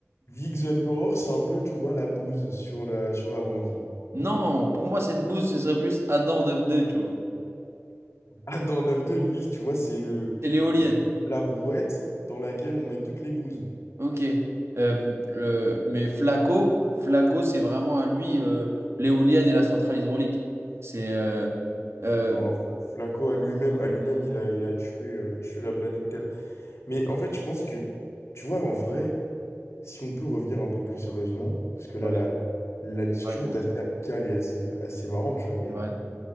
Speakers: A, on the left (about 65°); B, on the right (about 60°).
A: Vic the Emperor, c'est un peu, tu vois, la bouse sur la, sur la brindille.
B: Non, pour moi, cette bouse, ce serait plus Adam 9-2, tu vois.
A: Ah, dans 9-2, lui, tu vois, c'est le,
B: C'est l'éolienne.
A: le- la brouette dans laquelle on met toutes les bouses.
B: Ok. Euh, euh, mais Flaco, Flaco, c'est vraiment à lui euh, l'éolienne et la centrale hydraulique. C'est. euh, euh,
A: Non, Flaco à lui-même, à lui-même, il a, il a tué, euh, tué la planète Terre. Mais en fait, je pense que, tu vois, en vrai, si on peut revenir un peu plus sérieusement, parce que
B: ouais,
A: là, la, la discussion
B: c'est vrai. qu'on-
A: est assez amicale et assez, euh, assez marrante, tu vois, mais
B: c'est vrai.